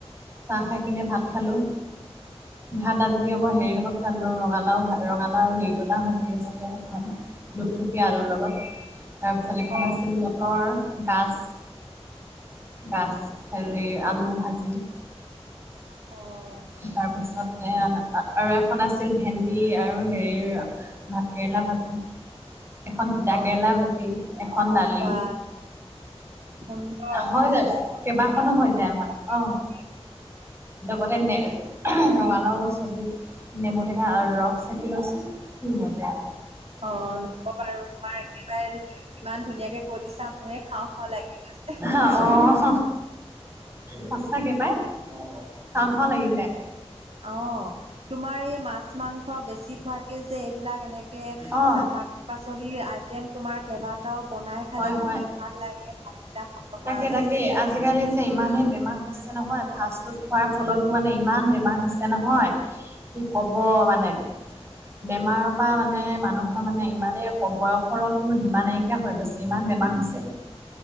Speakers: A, on the right; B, on the right.
A: চাহ খাই পিনে ভাত খালোঁ। ভাত আজি আকৌ হেৰিৰ লগত খালোঁ ৰঙালাউ-ৰঙালাউ নিৰ্তলা ভাজি আছিলে এখন। লুপথুপীয়া আলুৰ লগত তাৰপিছত এখন
B: অ
A: আছিল মটৰ গাছ। গাছ হেৰি আলু ভাজি।
B: অহ।
A: তাৰ পিছতে আৰু এখন আছিল ভেন্দি আৰু হেৰি হেৰা ভাতকেৰেলা ভাজি এখন তিতাকেৰেলা
B: অ
A: ভাজি এখন দালি।
B: বা সুন্দৰ
A: হৈ যায়,
B: বহুত
A: কেইবাখনো
B: ধুনীয়া
A: হৈ
B: খানা
A: যায়
B: খালা
A: আমাৰ
B: কিন্তু
A: অ'।
B: দেই
A: লগতে ন ৰঙালাও চবজি নেমু টেঙাৰ ৰস চেপি লইচু কি মজা।
B: অ' ন'কবা তোমাৰ একেবাৰে ইমান ধুনীয়াকে কৈ দিছা মোৰে খাওঁ খাওঁ লাগি গৈছে।
A: অ' সঁচাকে পাই। খাও খাও লাগিছে
B: অ' তোমাৰ এই মাছ মাংস বেছি খোৱাতকে যে বিলাক এনেকে
A: অ
B: শাক পাচলি আইটেম তোমাৰ কেইবা কেইবাটাও বনাই খালে
A: হয় হয়
B: কি ভাল লাগে ভাতকেইটা খাবৰ
A: তাকে
B: কাৰণে।
A: তাকে আজিকালি যে ইমানে বেমাৰ হৈছে নহয় ফাষ্ট ফুড খোৱাৰ ফলতো মানে ইমান বেমাৰ হৈছে নহয়। কি কব মানে বেমাৰৰ পৰা মানে মানুহৰ মানে ইমানেই বয়সৰ কোনো সিমান নাইকিয়া হৈ গৈছে। যিমান বেমাৰ হৈছে।